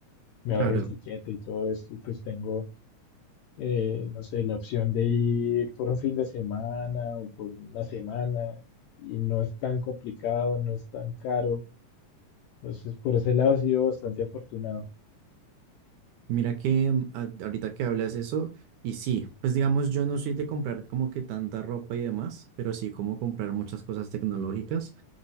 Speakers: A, on the left (about 80°); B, on the right (about 80°).
A: Me ahorro
B: claro.
A: el tiquete y todo esto y pues tengo eh, no sé, la opción de ir por un fin de semana o por una semana y no es tan complicado, no es tan caro. Entonces, por ese lado he sido bastante afortunado.
B: Mira que mm, a- ahorita que hablas eso, y sí, pues digamos, yo no soy de comprar como que tanta ropa y demás, pero sí como comprar muchas cosas tecnológicas.